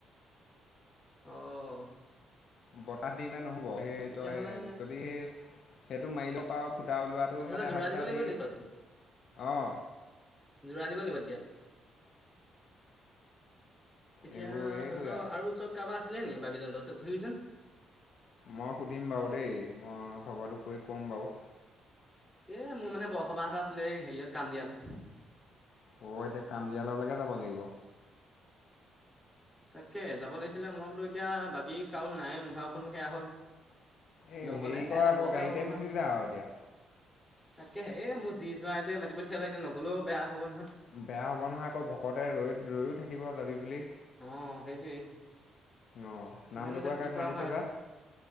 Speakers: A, in the centre; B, on the left.
A: অঁ।
B: বতাহ দি পিনে নহ'ব সেই
A: তেতিয়াহ'লে
B: তই যদি সেই সেইটো মাৰি ল পাৰ ফুটা ওলোৱাটো
A: তেতিয়াহ'লে
B: মানে
A: যোৰা
B: সস্তা
A: দিব লাগিব
B: দি
A: নি পাছো
B: অ।
A: যোৰা দিব লাগিব তেতিয়া। এতিয়া
B: এইবোৰ এইবোৰেই
A: তহঁতৰ আৰু ওচৰত কাৰোবাৰ আছিলে নি বাগিজন তত সুধিবিচোন।
B: মই সুধিম বাৰু দেই। মই খবৰটো কৈ ক'ম বাৰু।
A: এই মোৰ মানে বসবাহ এটা আছিলে হেৰিয়ত কান্দিয়ল।
B: অ', এতিয়া কাম দিয়াললৈকে যাব লাগিব।
A: তাকে যাব লাগিছিলে, মই বোলো এতিয়া বাকী কাৰো নাই মোৰ ভাগখনো সেয়া হ'ল।
B: এই
A: নগ'লে
B: হেৰি কৰ
A: এহঁটা
B: আকৌ
A: বৰ
B: গাড়ীতে
A: বেয়া পাব নহয়।
B: গুচি যা আৰু এতিয়া।
A: তাকে হে মোৰ যি জোঁৱাইটোৱে মাতি পঠিয়ালে এতিয়া নগ'লেও বেয়া হ'ল।
B: বেয়া হব নহয় আকৌ ভকতে ৰৈ ৰৈও থাকিব যাবি বুলি।
A: অ, সেইটোৱে
B: অঁ নাম
A: জানো
B: লগোৱা
A: এতিয়া
B: কাক
A: কি কৰা
B: মাতিছে
A: হয় আৰু।
B: বা